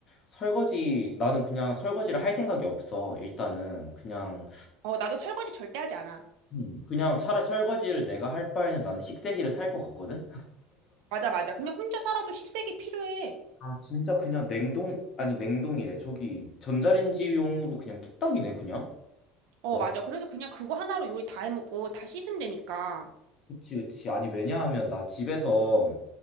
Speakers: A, on the left; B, on the right.
A: 설거지 나는 그냥 설거지를 할 생각이 없어. 일단은 그냥
B: 어, 나도 설거지 절대 하지 않아.
A: 음, 그냥 차라리 설거지를 내가 할 바에는 나는 식세기를 살 것 같거든.
B: 맞아, 맞아. 그냥 혼자 살아도 식색이 필요해.
A: 아, 진짜 그냥 냉동 아니 냉동이래. 저기 전자레인지용으로 그냥 뚝딱이네, 그냥.
B: 어,
A: 와,
B: 맞아. 그래서 그냥 그거 하나로 요리 다 해먹고 다 씻으면 되니까.
A: 그치, 그치. 아니, 왜냐하면 나 집에서